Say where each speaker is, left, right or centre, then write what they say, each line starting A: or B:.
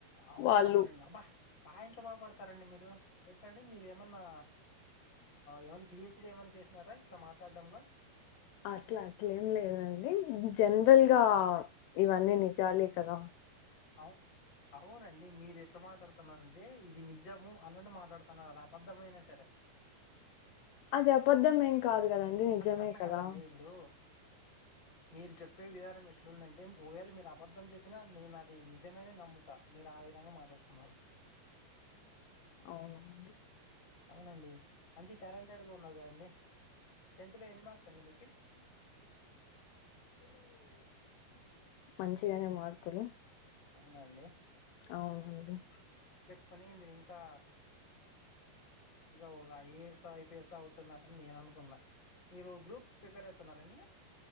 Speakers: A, on the left; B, on the left.
A: అవునవునండి
B: వాళ్ళు
A: అబ్బా పాయింట్లు బాగపడతారండి మీరు ఎట్లాండి మీరు ఏమన్నా ఏమన్నా పిహెచ్ డి ఏమన్నా చేసినారా ఇట్లా మాట్లాడడంలో
B: అట్లా అట్లేం లేదండి జనరల్ గా ఇవన్నీ ని చాలీ కదా
A: అవు అవునండి మీరు ఎట్లా మాట్లాడుతున్నారంటే ఇది నిజము అన్నట్టు మాట్లాడుతున్నారు అది అబద్ధమైనా సరే
B: అది అబద్ధం ఏం కాదు కదండి నిజమే
A: అట్లా అట్లా కాదండి
B: కదా
A: ఇప్పుడు మీరు చెప్పే విధానం ఎట్లుందంటే ఒవేళ మీరు అబద్ధం చెప్పినా నేను అది నిజమని నమ్ముతా మీరు ఆ విధంగా మాట్లాడుతున్నారు.
B: అవునా అండి
A: అవునండి మంచి టాలెంటెడ్గా ఉన్నావ్ కదండీ. టెన్త్ లో ఎన్ని మార్క్స్ అండి మీకి
B: మంచిగనే మార్కులు
A: అవునా అండి
B: అవునవును
A: కాని మీరు ఇంకా ఇంకా ఒక ఐఏఎస్ ఐపీఎస్ అవుతున్నని నేను అనుకున్నా మీరు గ్రూప్స్ ప్రిపేర్ అయాతున్నారండి